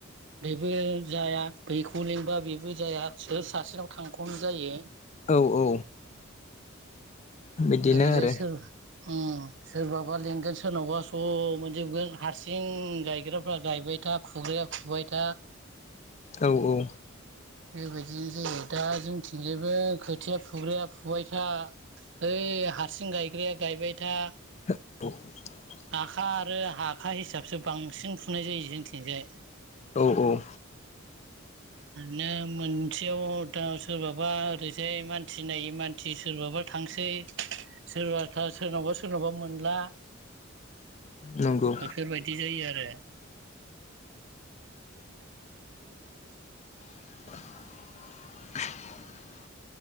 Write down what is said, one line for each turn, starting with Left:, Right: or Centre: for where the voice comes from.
Right: बेबो जाया बैखौ लें होनबा बेबो जाया सोर सासेनाव थांखनो जायो।
Left: औ औ बिदिनो
Right: ओरैजाय
Left: आरो
Right: सोर उम सोरबाबा लेंगोन सोरनावबा सब मोनजोबगोन हारसिं गायग्राफ्रा गायबाय था फुग्राया फुबाय था
Left: औ औ
Right: बेबायदिनो जायो दा जोंथिंजायबो खोथिया फुग्राया फुबाय था ओइ हारसिं गायग्राया गायबाय था
Left: <inaudible>
Right: आखा आरो हाखा हिसाबसो बांसिन फुनाय जायो जोंथिंजाय
Left: औ औ
Right: नो मोनसेयाव दा सोरबाबा ओरैजाय मानसि नायै मानसि सोरबाबा थांसै सोरबाथ सोरनावबा सोरनावबा मोनला
Left: नंगौ
Right: बेफोरबायदि जायो आरो
Left: <unintelligible>